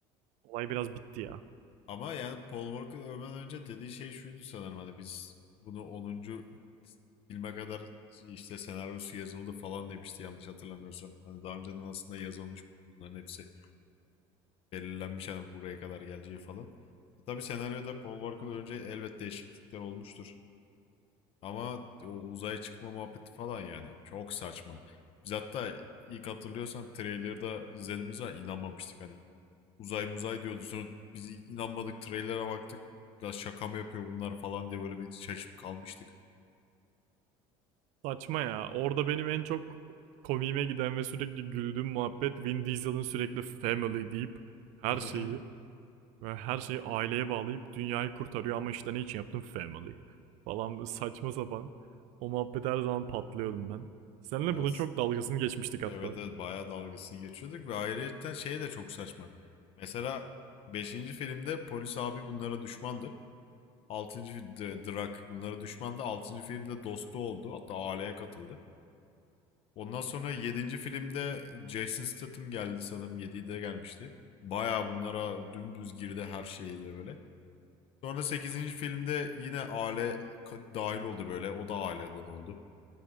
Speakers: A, on the right; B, on the left.
A: olay biraz bitti ya.
B: Ama yani Paul Walker ölmeden önce dediği şey şuydu sanırım hani biz bunu onuncu filme kadar işte senaryosu yazıldı falan demişti yanlış hatırlamıyorsam. Hani daha önceden aslında yazılmış bunların hepsi belirlenmiş hani buraya kadar geleceği falan. E tabii senaryoda Paul Walker önce elbet değişiklikler olmuştur. Ama o uzaya çıkma muhabbeti falan yani çok saçma. Biz hatta ilk hatırlıyorsan trailer'da izlediğimiz zaman inanmamıştık hani. Uzay muzay diyordu sonra biz inanmadık trailer'a baktık. Ya şaka mı yapıyor bunlar falan diye böyle bir şaşıp kalmıştık.
A: Saçma ya. Orada benim en çok komiğime giden ve sürekli güldüğüm muhabbet Vin Diesel'ın sürekli family deyip her
B: <laughs>
A: şeyi ve her şeyi aileye bağlayıp dünyayı kurtarıyor ama işte ne için yaptım family falan saçma sapan. O muhabbet her zaman patlıyordum ben. Seninle
B: Ya
A: bunun
B: s-
A: çok dalgasını geçmiştik hatta.
B: evet evet bayağı dalgasını geçiyorduk ve ayrıca şey de çok saçma. Mesela beşinci filmde polis abi bunlara düşmandı. Altıncı Drak bunlara düşmandı. Altıncı filmde dostu oldu. Hatta aileye katıldı. Ondan sonra yedinci filmde Jason Statham geldi sanırım 7'de gelmişti. Bayağı bunlara dümdüz girdi her şeyiyle böyle. Sonra sekizinci filmde yine aile ka- dahil oldu böyle. O da aileden oldu.